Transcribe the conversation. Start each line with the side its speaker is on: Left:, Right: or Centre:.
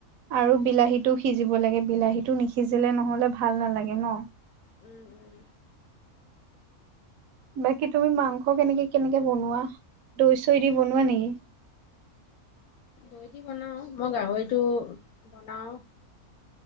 Right: আৰু বিলাহীটো সিজিব লাগে। বিলাহীটো নিসিজিলে নহ'লে ভাল নালাগে ন।
Left: উম। উম,
Right: বাকী তুমি মাংস কেনেকে কেনেকে বনোৱা? দৈ-চৈ দি বনোৱা নেকি?
Left: দৈ দি বনাও। মই গাহৰিটো বনাও।